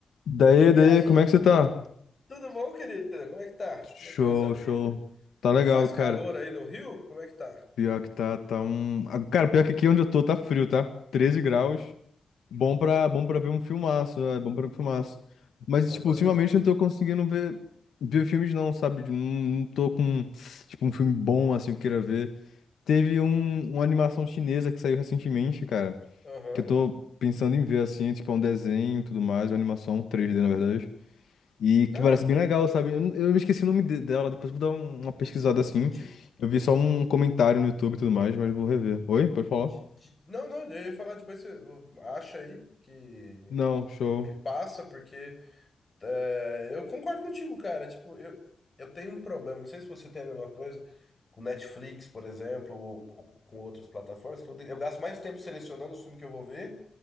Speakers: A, on the left (about 80°); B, on the left (about 25°).
A: Daí,
B: E
A: daí,
B: aí,
A: como é que você tá?
B: tudo bom, querida? Como é que tá?
A: Show,
B: Como é que vai essa vida?
A: show. Tá legal,
B: Faz
A: cara.
B: calor aí no Rio? Como é que tá?
A: Pior que tá, tá um. Ah, Cara, pior que aqui onde eu tô tá frio, tá? 13 graus. Bom pra, bom pra ver um filmaço, é bom pra ver um filmaço. Mas,
B: Bom
A: tipo,
B: pra
A: ultimamente
B: ver filme.
A: eu não tô conseguindo ver, ver filmes, não, sabe? De- Não, não tô com, tipo, um filme bom, assim, que eu queira ver. Teve um, uma animação chinesa que saiu recentemente, cara,
B: Aham.
A: que eu tô pensando em ver, assim, tipo, é um desenho e tudo mais, uma animação 3D, na verdade. E que
B: Ah,
A: parece bem legal, sabe? Eu, eu me esqueci o nome de- dela, depois vou dar um- uma pesquisada assim.
B: tipo.
A: Eu vi só um
B: De,
A: comentário no YouTube e tudo mais, mas vou rever. Oi? Pode falar?
B: de, de- Não, não, eu ia falar depois, você acha aí que,
A: Não,
B: que-
A: show.
B: e me passa, porque é, eu concordo contigo, cara. Tipo, eu, eu tenho um problema, não sei se você tem a mesma coisa, com Netflix, por exemplo, ou com outras plataformas, que eu, de- eu gasto mais tempo selecionando os filmes que eu vou ver